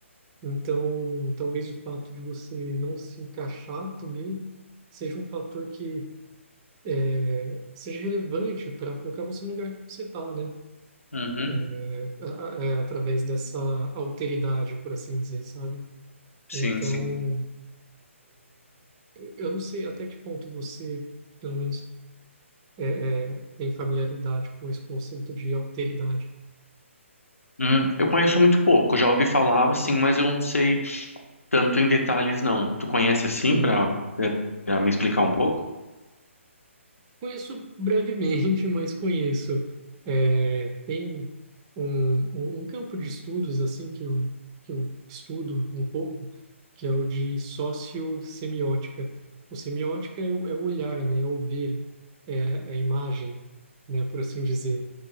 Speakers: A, on the right; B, on the left.
A: Então, talvez o fato de você não se encaixar também seja um fator que é, seja relevante para colocar você no lugar que você está, né?
B: Uhum,
A: É, a- a- é, através dessa alteridade, por assim dizer, sabe?
B: sim,
A: Então,
B: sim.
A: eu não sei até que ponto você, pelo menos, é, é, tem familiaridade com esse conceito de alteridade.
B: Hum, eu conheço muito pouco, já ouvi falar assim,
A: Uhum.
B: mas eu não sei tanto em detalhes não. Tu conhece assim
A: Uhum.
B: para para me explicar um pouco?
A: Conheço brevemente, <laughs> mas conheço. É, tem um, um, um campo de estudos assim que eu, que eu estudo um pouco, que é o de sociossemiótica. O semiótica é o, é o olhar, né? É o ver, é, é a imagem, né? Por assim dizer.